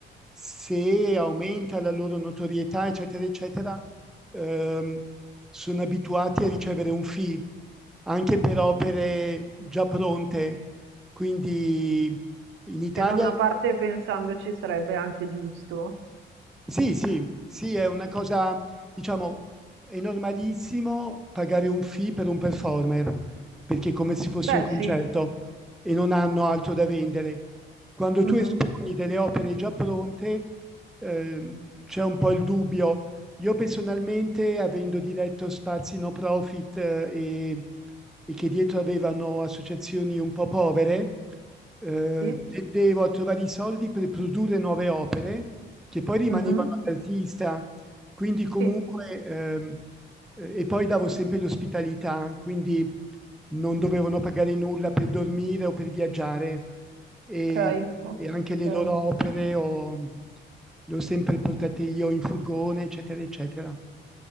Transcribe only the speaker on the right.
che da una parte pensandoci sarebbe anche giusto.
Beh,
sì.
Mhm,
Sì.
Mhm,
Sì.
Ok.
Ok.